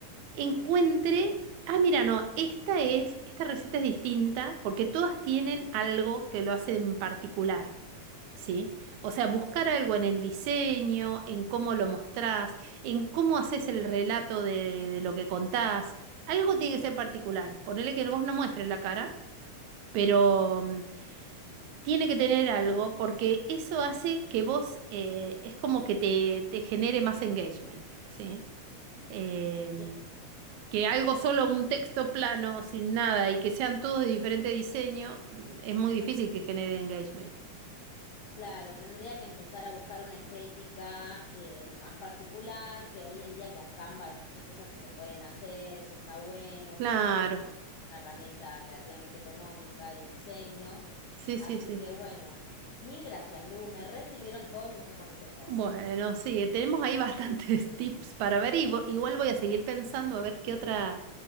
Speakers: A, on the right (about 80°); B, on the left (about 70°).
A: encuentre, ah, mira, no, esta es, esta receta es distinta porque todas tienen algo que lo hace en particular. ¿sí? O sea, buscar algo en el diseño, en cómo lo mostrás, en cómo haces el relato de, de lo que contás. Algo tiene que ser particular. Ponele que vos no muestres la cara, pero mm, tiene que tener algo porque eso hace que vos eh, es como que te, te genere más engagement, ¿sí? Eh,
B: Sí,
A: Que algo solo un texto plano, sin nada, y que sean todos de diferente diseño, mm, es muy difícil que genere engagement.
B: claro, tendría que empezar a buscar una estética eh, más particular, que hoy en día con Canva hay muchas cosas que se pueden hacer, eso está bueno,
A: Claro,
B: porque una herramienta relativamente económica de diseño.
A: sí,
B: Así
A: sí, sí.
B: que bueno, mil gracias, Lu. Me recibieron todos estos consejos.
A: Bueno, sí, eh, tenemos ahí bastantes <laughs> tips para ver y vo- igual voy a seguir pensando a ver qué otra,